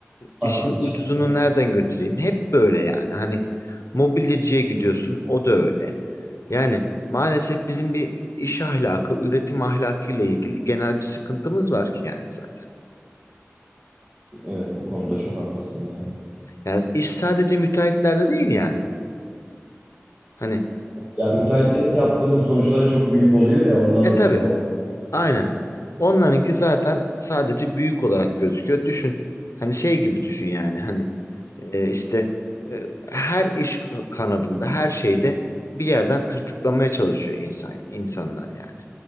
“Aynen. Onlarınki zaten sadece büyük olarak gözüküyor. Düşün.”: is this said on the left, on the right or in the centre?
Left